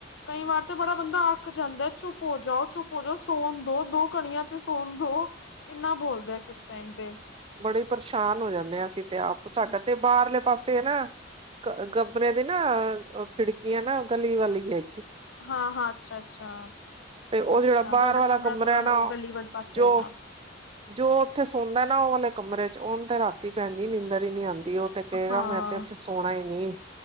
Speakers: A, on the left; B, on the right.
A: ਕਈ ਵਾਰ ਤੇ ਬੜਾ ਬੰਦਾ ਅੱਕ ਜਾਂਦਾ ਚੁੱਪ ਹੋ ਜਾਓ ਚੁੱਪ ਹੋ ਜਾਓ ਸੋਣ ਦੋ ਦੋ ਕਣੀਆਂ ਤੇ ਸੋਣ ਦੋ ਇੰਨਾ ਬੋਲਦੇ ਆ ਕਿਸ ਟਾਈਮ ਤੇ।
B: ਬੜੇ ਪਰੇਸ਼ਾਨ ਹੋ ਜਾਂਦੇ ਹਾਂ ਅਸੀਂ ਤੇ ਆਪ, ਸਾਡਾ ਤੇ ਬਾਹਰਲੇ ਪਾਸੇ ਹੈ ਨਾ <unintelligible> ਦੀ ਨਾ ਖਿੜਕੀਆਂ ਨਾ <unintelligible> ਵਾਲੀ ਹੈ
A: ਹਾਂ ਹਾਂ ਅੱਛਾ ਅੱਛਾ।
B: ਤੇ ਉਹ
A: ਅੱਛਾ
B: ਜਿਹੜਾ ਬਾਹਰ
A: ਤੁਹਾਡਾ
B: ਵਾਲਾ ਕਮਰਾ
A: ਥੋੜਾ
B: ਐ ਨਾ
A: ਉਹ ਗਲੀ ਵਾਲੇ ਪਾਸੇ
B: ਜੋ
A: ਹੋਏਗਾ
B: ਜੋ ਉੱਥੇ ਸੌਂਦਾ ਨਾ ਉਹ ਵਾਲੇ ਕਮਰੇ ਚ, ਉਹਨੂੰ ਤੇ ਰਾਤੀ ਭੈਣ ਜੀ ਨਿੰਦਰ ਹੀ ਨਹੀਂ ਆਉਂਦੀ ਕਹੇਗਾ
A: ਹਾਂ।
B: ਮੈਂ ਤੇ ਉੱਥੇ ਸੋਣਾ ਹੀ ਨੀ,